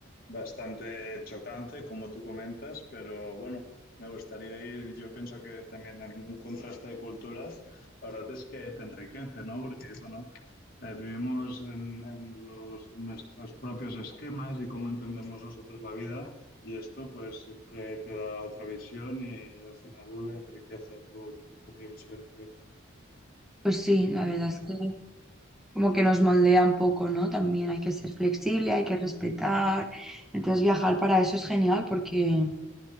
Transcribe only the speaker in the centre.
Pues sí, la verdad es que... como que nos moldea un poco, ¿no? También hay que ser flexible, hay que respetar. Entonces viajar para eso es genial porque,